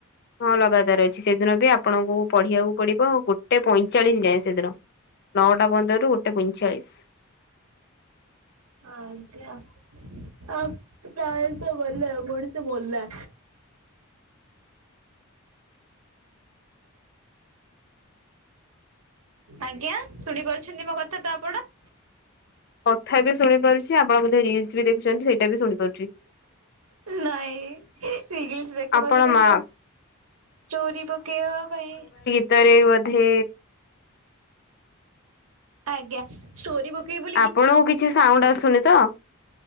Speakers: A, on the left; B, on the right.
A: ହଁ ଲଗାତାର ଅଛି। ସେଦିନ ବି ଆପଣଙ୍କୁ ପଢିବାକୁ ପଡିବ ଗୋଟେ ପଇଁଚାଳିଶ ଯାଏଁ ସେଦିନ। ନଅଟା ପନ୍ଦରରୁ ଗୋଟେ ପଇଁଚାଳିଶ।
B: ଆ ଏମତି ଆଉ। ପ୍ରାୟ ତ ଗଲା ମଣିଷ ମଲା। ଆଜ୍ଞା। ଶୁଣି ପାରୁଛନ୍ତି ମୋ କଥା ତ ଆପଣ?
A: କଥା ବି ଶୁଣିପାରୁଚି, ଆପଣ ବୋଧେ ରିଲସ୍ ବି ଦେଖୁଛନ୍ତି ସେଇଟା ବି ଶୁଣିପାରୁଚି।
B: ନାଇଁ। <unintelligible> ଦେଖୁନଥିଲି
A: ଆପଣ ମା
B: ସେ ଚୋରି ପକେଇବା ପାଇଁ
A: ସତରେ ବୋଧେ
B: ଆଜ୍ଞା। ଷ୍ଟୋରୀ ପକେଇବୁ।
A: ଆପଣଙ୍କୁ କିଛି ସାଉଣ୍ଡ ଆସୁନି ତ?